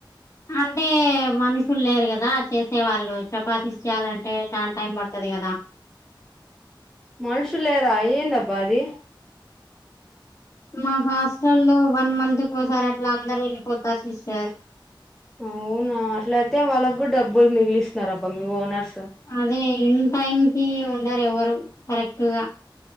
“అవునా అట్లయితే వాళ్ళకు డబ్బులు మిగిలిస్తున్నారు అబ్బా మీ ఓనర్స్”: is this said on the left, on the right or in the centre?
Centre